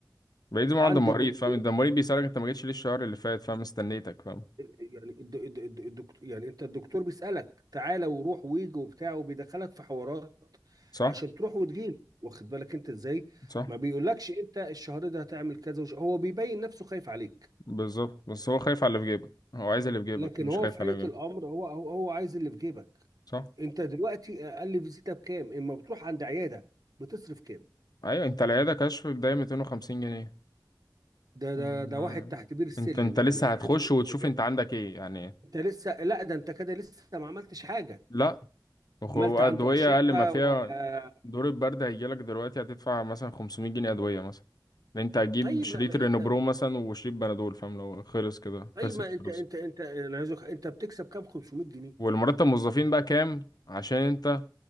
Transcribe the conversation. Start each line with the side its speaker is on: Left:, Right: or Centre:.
Left: بعيد ما
Right: عند
Left: عند المريض
Right: الدكتور
Left: فاهم ده المريض بيسألك أنت ما جيتش ليه الشهر اللي فات فاهم استنيتك فاهم
Right: يعني الد- الد- الد- الدكتور يعني انت الدكتور بيسألك تعالى وروح ويجي وبتاع وبيدخلك في حوارات
Left: صح
Right: عشان تروح وتجيله واخد بالك انت ازاي
Left: صح
Right: ما بيقولكش انت الشهر ده هتعمل كذا وش... هو بيبين نفسه خايف عليك
Left: بالظبط بس هو خايف على اللي في جيبك هو عايز اللي في جيبك
Right: لكن
Left: مش
Right: هو
Left: خايف
Right: في حقيقة
Left: على اللي
Right: الامر
Left: في جيبك
Right: هو هو هو عايز اللي في جيبك
Left: صح
Right: انت دلوقتي اقل فيزيتا بكام اما بتروح عند عيادة بتصرف كام
Left: أيوة أنت العيادة كشف بداية 250 جنيه
Right: ده
Left: يعني
Right: ده ده واحد تحت بير السلم
Left: أنت أنت
Right: يعني
Left: لسه
Right: انا
Left: هتخش
Right: عايز اقول
Left: وتشوف
Right: حاجه
Left: أنت عندك إيه يعني
Right: انت لسه لا ده انت كده لسه ما عملتش حاجه
Left: لا وخ-
Right: عملت
Left: وأدوية
Right: عنده اشعه
Left: أقل ما فيها
Right: ولا
Left: دور البرد هيجيلك دلوقتي هتدفع مثلا 500 جنيه أدوية مثلا لأن أنت هتجيب
Right: طيب
Left: شريط
Right: ما ما
Left: رينبرو
Right: انت
Left: مثلا وشريط بنادول فاهم لو خلص كده
Right: طيب
Left: خلصت
Right: ما
Left: الفلوس
Right: انت انت انت انا عايز أقول- انت بتكسب كام 500 جنيه
Left: والمرتب الموظفين بقى كام عشان أنت